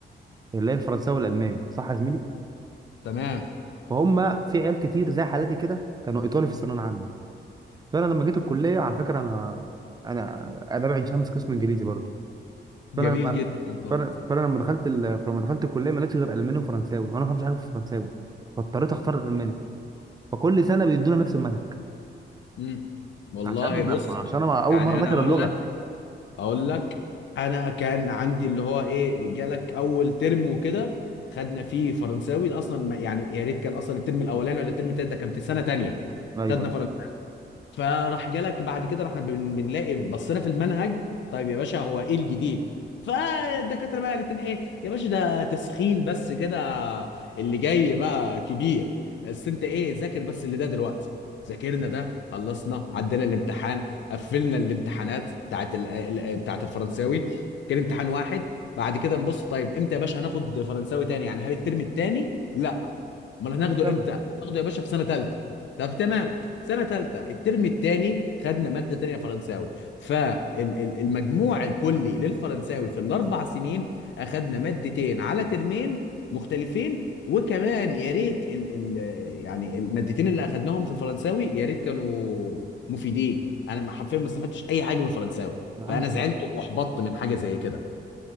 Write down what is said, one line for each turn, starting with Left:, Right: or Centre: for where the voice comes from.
Right: اللي هي الفرنساوي والالماني صح يا زميلي
Left: تمام
Right: فهم في عيال كتير زي حالاتي كده كانوا ايطالي في الثانويه العامه فانا لما جيت الكليه على فكره انا انا اداب عين شمس قسم انجليزي برضه
Left: جميل
Right: فانا لما
Left: جدا والله
Right: فانا, فأنا لما دخلت ال... فلما دخلت الكليه ما لقيتش غير الماني وفرنساوي وانا ما فهمش حاجه في الفرنساوي فاضطريت اختار الالماني فكل سنه بيدونا نفس المنهج
Left: امم والله
Right: عشان
Left: بص
Right: عشان انا اول
Left: يعني
Right: مره
Left: انا
Right: ذاكر
Left: اقول
Right: اللغه
Left: لك اقول لك انا كان عندي اللي هو ايه جالك اول ترم وكده خدنا فيه فرنساوي ده اصلا ما- يعني يا ريت كان اصلا الترم الاولاني ولا الترم التاني ده كان في سنه تانيه
Right: ايوه
Left: خدنا فرنساوي فراح جالك بعد كده رحنا بن- بنلاقي بصينا في المنهج طيب يا باشا هو ايه الجديد فالدكاتره بقى قالت لنا ايه يا باشا ده تسخين بس كده اللي جاي بقى كبير بس انت ايه ذاكر بس اللي ده دلوقتي ذاكرنا ده خلصنا عدينا الامتحان قفلنا الامتحانات بتاعت ال- ال- بتاعت الفرنساوي كان امتحان واحد بعد كده نبص طيب امتى يا باشا هناخد فرنساوي تاني يعني هل الترم التاني لا امال هناخده
Right: سنة
Left: امتى هناخده يا باشا في سنه ثالثه طب تمام سنه ثالثه الترم الثاني خدنا ماده تانية فرنساوي فالمجموع الكلي للفرنساوي في الاربع سنين اخدنا مادتين على ترمين مختلفين وكمان يا ريت ال ال يعني المادتين اللي اخدناهم في الفرنساوي يا ريت كانوا مفيدين انا حرفيا ما استفدتش اي حاجه من الفرنساوي
Right: يا عم
Left: فانا
Right: مش
Left: زعلت واحبطت من حاجه زي كده